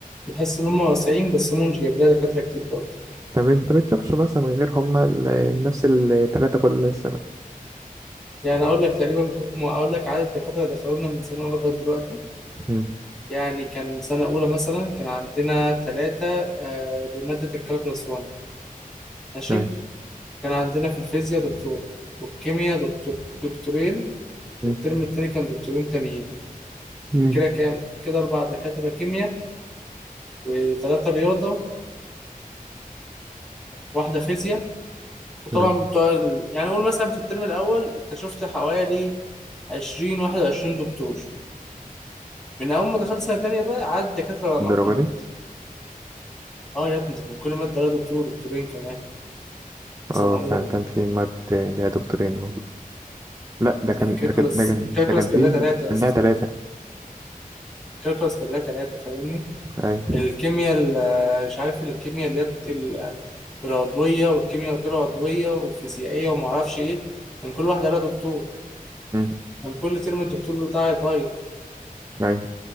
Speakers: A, in the centre; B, on the right.
A: بتحس إن هم واسعين بس هم مش جايب لها دكاترة كتير برضه
B: طب انت بتشوفش مثلا غير هما ال- نفس التلاتة كل سنة
A: يعني أقول لك تقريبا ك- م- أقول لك عدد الدكاترة اللي دخلوا لنا من سنة أولى لغاية دلوقتي
B: امم
A: يعني كان سنة أولى مثلا كان عندنا ثلاثة آه، بمادة الكالكولاس 1 ماشي
B: نايس
A: كان عندنا في الفيزياء دكتور والكيمياء دكتور دكتورين
B: مم.
A: والترم التاني كان دكتورين تانيين
B: مم.
A: فكده كام؟ كده أربع دكاترة كيمياء وثلاثة رياضة وواحدة فيزياء وطبعا
B: نايس
A: بتوع ال- يعني قول مثلا في الترم الاول انت شفت حوالي 20 21 دكتور من اول ما دخلت سنه تانية بقى عدد الدكاتره بقى محدود
B: الدرجة دي
A: اه يا ابني ده كان كل ماده لها دكتور ودكتورين كمان سنه
B: اه
A: اولى
B: فعلا كان في ماد ليها دكتورين اه لا ده كان
A: يعني الكالكولس
B: ده كان ده كان
A: الكالكولس
B: ده كان
A: كان
B: في
A: لها ثلاثه يا
B: ليها
A: اسطى
B: تلاتة
A: الكالكولس كان لها ثلاثه فاهمني
B: أي
A: الكيمياء ال- مش عارف الكيمياء اللي هي ال- العضويه والكيمياء الغير عضويه والفيزيائيه وما اعرفش ايه كان كل واحده لها دكتور
B: أمم،
A: كان كل ترم الدكتور بتاعي يتغير
B: أي